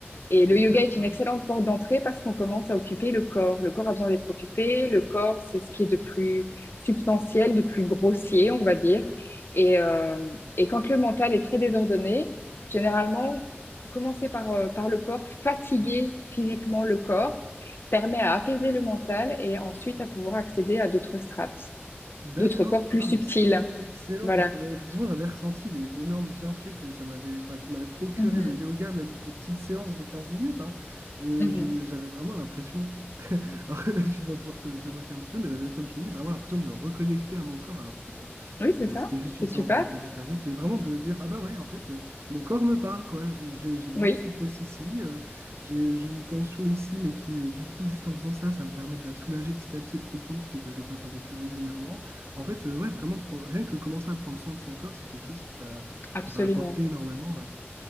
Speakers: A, on the left; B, on the right.
A: Et le
B: D'accord.
A: yoga est une excellente porte d'entrée parce qu'on commence à occuper le corps. Le corps a besoin d'être occupé. Le corps, c'est ce qui est de plus substantiel, de plus grossier, on va dire. Et, euh, et quand le mental est très désordonné, généralement, commencer par, euh, par le corps, fatiguer physiquement le corps, permet à apaiser le mental et ensuite à pouvoir accéder à d'autres strates,
B: D'accord.
A: d'autres corps plus
B: Ah,
A: subtils.
B: mais c'est excellent
A: Voilà.
B: parce que bah, effectivement, j'avais ressenti les énormes bienfaits que ça m'avait, enfin, que m'avait procuré
A: Mhm,
B: le yoga, même des petites séances de 15 minutes. hein. Je,
A: mhm.
B: je- j'avais vraiment l'impression, <laughs> alors <laughs> tu vas pouvoir te, te moquer un petit peu, mais j'avais, comme je te dis, vraiment l'impression de me reconnecter à mon corps, alors que bon,
A: Oui,
B: c'est-
A: c'est ça.
B: c'était juste une
A: C'est
B: séance
A: super.
B: de, de 15 minutes, mais vraiment de, de dire, ah bah ouais, en fait, euh, mon corps me parle, quoi. Et J'ai, j'ai moins
A: Oui,
B: de souplesse ici, euh, j'ai, j'ai une tension ici, mais qui, euh, du coup, juste en faisant ça, ça me permet de la soulager petit à petit et de comprendre qu'il faut que je le fasse un peu plus régulièrement. En fait, euh, ouais, vraiment, pre- rien que commencer à prendre soin de son corps, c'est quelque chose qui va,
A: absolument.
B: qui va apporter énormément. ouais.